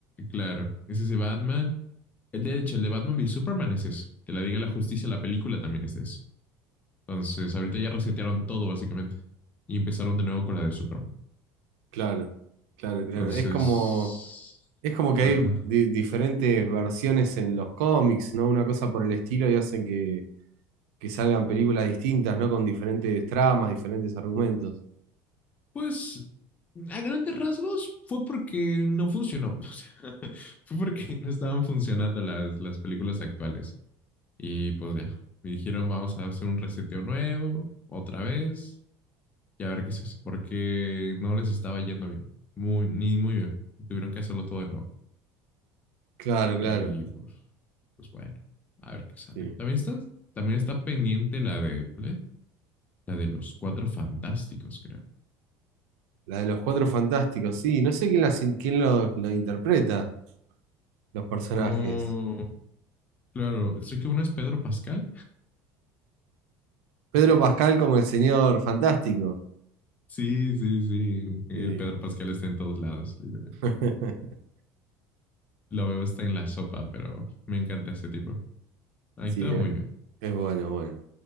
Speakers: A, on the left; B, on the right.
A: claro, es ese Batman. El de hecho, el de Batman v Superman es eso. Que la diga la justicia, la película también es eso. Entonces, ahorita ya resetearon todo, básicamente. Y empezaron de nuevo con la de Superman.
B: Claro, claro, claro.
A: Entonces,
B: Es como, es como que
A: ajá.
B: hay di- diferentes versiones en los cómics, ¿no? Una cosa por el estilo y hacen que, que salgan películas distintas, ¿no? Con diferentes tramas, diferentes argumentos.
A: Pues a grandes rasgos fue porque no funcionó. <laughs> O sea, fue porque no estaban funcionando las, las películas actuales. Y pues ya, me dijeron vamos a hacer un reseteo nuevo, otra vez, y a ver qué se hace, porque no les estaba yendo bien. Muy, ni muy bien. Tuvieron que hacerlo todo de nuevo.
B: Claro, claro.
A: Y pues, pues bueno, a ver qué sale.
B: Sí.
A: También están, también está pendiente la de, ¿cuál es? La de los cuatro fantásticos, creo.
B: La de los Cuatro Fantásticos, sí. No sé quién, las in- quién los, lo interpreta, los personajes.
A: Oh, claro, sé que uno es Pedro Pascal.
B: Pedro Pascal como el señor fantástico.
A: Sí, sí, sí. El
B: Sí.
A: Pedro Pascal está en todos lados. literal.
B: <laughs>
A: Lo veo hasta en la sopa, pero me encanta este tipo. Ahí
B: Sí,
A: está
B: eh,
A: muy bien.
B: es bueno, bueno.